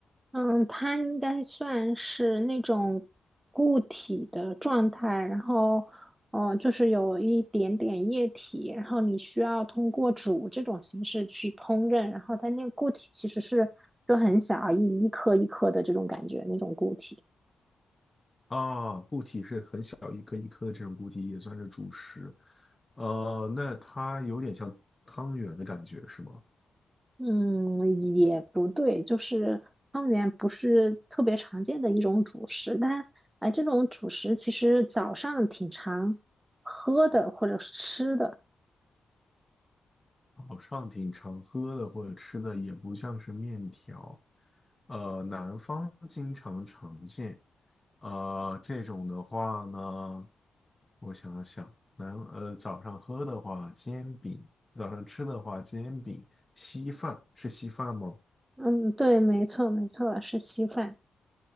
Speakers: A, on the right; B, on the left.
A: 嗯，它应该算是那种固体的状态，然后，哦，就是有一点点液体，然后你需要通过煮这种形式去烹饪，然后它那个固体其实是就很小，一一颗一颗的这种感觉，那种固体。
B: 啊，固体是很小一颗一颗的这种固体也算是主食。呃，那它有点像汤圆的感觉是吗？
A: 嗯，也不对，就是汤圆不是特别常见的一种主食，但哎，这种主食其实早上挺常喝的或者是吃的。
B: 早上挺常喝的或者吃的也不像是面条，呃，南方经常常见，呃，这种的话呢，我想想，南呃早上喝的话煎饼，早上吃的话煎饼，稀饭是稀饭吗？
A: 嗯，对，没错，没错，是稀饭。